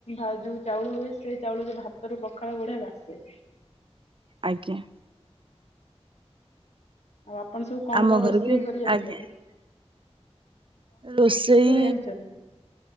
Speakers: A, on the left; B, on the right.
A: ଆ ଯୋଉ ଚାଉଳ ହୁଏ ସେ ଚାଉଳରେ ଭାତ ରୁ ପଖାଳ ବଢିଆ ବାସେ।
B: ଆଜ୍ଞା।
A: ଆଉ ଆପଣ ସବୁ କଣ
B: ଆମ
A: କଣ
B: ଘରେ
A: ରୋଷେଇ
B: ବି
A: କରିଜାଣିଛନ୍ତି।
B: ଆଜ୍ଞା ରୋଷେଇ
A: ଜାଣିଛନ୍ତି?